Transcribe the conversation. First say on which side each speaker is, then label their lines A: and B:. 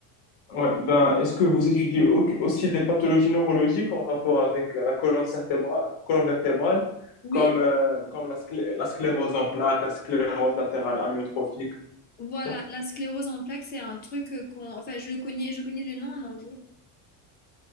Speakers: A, on the left; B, on the left.
A: Ouais, ben, est-ce que vous étudiez au- aussi les pathologies neurologiques en rapport avec euh, la colonne vertébrale, colonne vertébrale,
B: Oui,
A: comme, euh, comme la, sclé- la sclérose en plaques, la sclérose latérale amyotrophique?
B: voilà,
A: non
B: la sclérose en plaques, c'est un truc euh, qu'on, enfin, je le connais, je connais le nom en anglais.